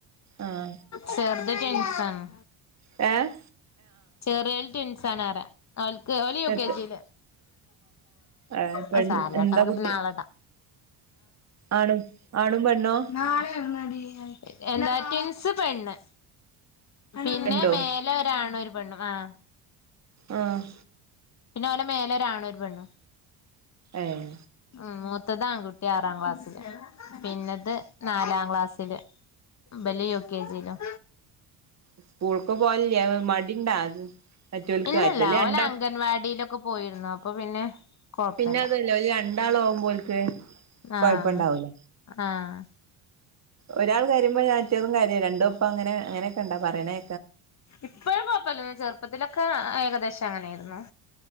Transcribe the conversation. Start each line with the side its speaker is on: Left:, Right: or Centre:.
Right: ആഹ്
Left: ചെറുത് ട്വിൻസാണ്
Right: ഏ
Left: ചെറിയോല് ട്വിൻസാണറ അവൽക്ക് ഓല് യു
Right: എത്ത്
Left: കെ ജിയില്
Right: ഏഹ് പെൺ
Left: അത് സാരല്ലട്ടോ
Right: എന്താ
Left: നമുക്ക്
Right: കുട്ടി
Left: പിന്നെ നാളെടാം
Right: ആണും ആണും പെണ്ണോ
Left: നാളെ എവിടുന്നാടി എന്താ ട്വിൻസ് പെണ്ണ് പിന്നെ
Right: രണ്ടോ
Left: മേലെ ഒരാണും ഒരു പെണ്ണും ആഹ്
Right: ആഹ്
Left: പിന്നെ ഓലെ മേലെ ഒരാണും പെണ്ണും
Right: ഏഹ്?
Left: ഉം മൂത്തതാ ആൺ കുട്ടി ആറാം ക്ലാസില് പിന്നത് നാലാം ക്ലാസ്സില് ഇബല് യൂ കെ ജിലും
Right: സ്കൂൾക്ക് പോവലില്ലേ അതോ മടിണ്ടാ അത് മറ്റോല്ക്ക്
Left: ഇല്ലല്ല
Right: മറ്റോല് രണ്ടാ
Left: ഓല് അംഗൻവാടിയിലൊക്കെ
Right: <inaudible>
Left: പോയിരുന്നു അപ്പൊ പിന്നെ കൊഴപ്പല്ല
Right: പിന്നെ അതല്ലേ ഓല് ര രണ്ടാളാവുമ്പോ ഓൽക്ക്
Left: ആഹ്
Right: കൊഴപ്പണ്ടാവൂല
Left: ആഹ്.
Right: ഒരാൾ കരുയുമ്പോ മറ്റാളും കരയും രണ്ടൊപ്പം അങ്ങനെ അങ്ങനൊക്കെണ്ട പറയണേ
Left: ഇപ്പഴും കുഴപ്പല്ലേ ചെറുപ്പത്തിലൊക്കെ അയ കദേശം അങ്ങനൊരുന്നു.